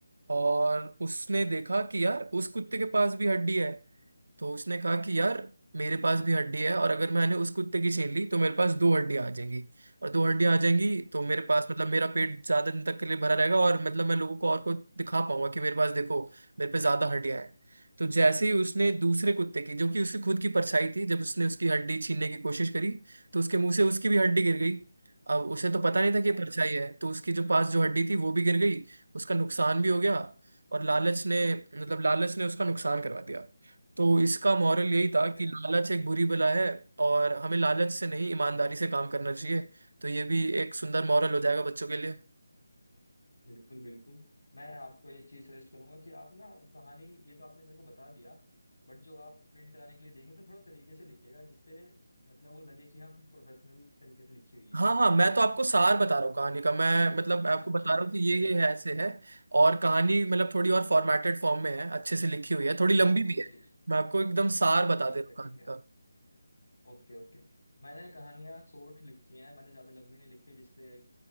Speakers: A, on the right; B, on the left.
A: और उसने देखा
B: ठीक
A: कि यार उस कुत्ते के पास भी हड्डी है तो उसने कहा कि यार मेरे पास भी हड्डी है और अगर मैंने उस कुत्ते की छीन ली तो मेरे पास दो हड्डियां आ जाएंगी और दो हड्डियां आ जाएंगी तो मेरे
B: है
A: पास मतलब मेरा पेट ज्यादा दिन तक के लिए भरा रहेगा और मतलब मैं लोगों को और को दिखा पाऊंगा कि मेरे पास देखो मेरे पे ज्यादा हड्डियां हैं तो जैसे ही उसने दूसरे कुत्ते की जो कि उसकी खुद की परछाई थी जब उसने उसकी हड्डी छीनने की कोशिश करी तो उसके मुंह से उसकी भी हड्डी गिर गई अब उसे तो पता नहीं था कि
B: हाँ
A: ये परछाई है तो उसकी जो पास जो हड्डी थी वो भी गिर गई उसका नुकसान भी हो गया और लालच ने मतलब लालच ने उसका नुकसान करवा दिया तो इसका मॉरल यही
B: ठीक
A: था कि
B: है
A: लालच एक बुरी बला है और हमें लालच से नहीं ईमानदारी से काम करना चाहिए तो ये भी एक सुंदर मॉरल हो जाएगा बच्चों के लिए
B: बिल्कुल बिल्कुल मैं आपको एक चीज सजेस्ट करूंगा कि आप ना कहानी ये तो आपने मेरे को बता दिया बट जो आप प्रिंट कराने के लिए देंगे उसे थोड़ा तरीके से लिखिएगा जिससे मतलब वो लगे कि हाँ हम प्रोफेशनल तरीके से लिखी हुई है
A: हाँ हाँ मैं तो आपको सार बता रहा हूँ कहानी का मैं मतलब आपको
B: अच्छा
A: बता
B: ठीक
A: रहा
B: है
A: हूँ कि
B: फिर
A: ये ये
B: ठीक है
A: है ऐसे है और कहानी मतलब थोड़ी और फॉर्मेटेड फॉर्म में है अच्छे से लिखी हुई है थोड़ी लंबी
B: हाँ वही
A: भी है
B: चीज
A: मैं आपको एकदम सार बता
B: ठीक
A: दे रहा
B: है
A: हूँ कहानी
B: ठीक है
A: का
B: Okay okay मैंने कहानियां शॉर्ट लिखी हैं मैंने ज्यादा लंबी नहीं लिखी जिससे